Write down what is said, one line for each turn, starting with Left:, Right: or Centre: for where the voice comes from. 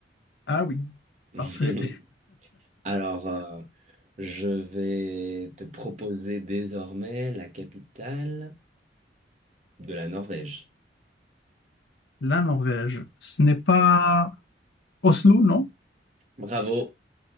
Left: Ah oui,
Right: <laughs>
Left: parfait.
Right: Alors, euh, je vais te proposer désormais la capitale de la Norvège.
Left: La Norvège, ce n'est pas Oslo, non?
Right: Bravo,